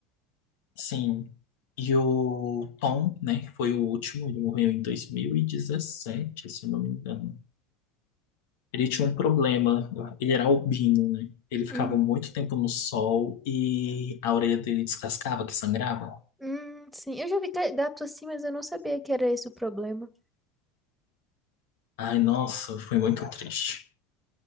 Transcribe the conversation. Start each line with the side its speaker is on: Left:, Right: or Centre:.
Left: Sim. E o Tom, né, que foi o último, ele morreu em 2017 se eu não me engano. Ele tinha um problema, ele era albino, né? Ele ficava
Centre: Uhum.
Left: muito tempo no sol e a orelha dele descascava, que sangrava.
Centre: Hum, sim, eu já vi ca- gato assim, mas eu não sabia que era esse o problema.
Left: Ai, nossa, foi muito triste.